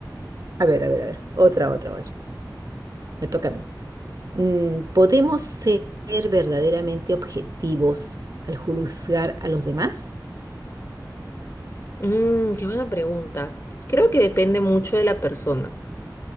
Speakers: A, on the right; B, on the left.
A: A ver, a ver, a ver. Otra, otra, otra. Me toca a mí. Mm, ¿podemos ser verdaderamente objetivos al juzgar a los demás?
B: Mm, qué buena pregunta. Creo que depende mucho de la persona.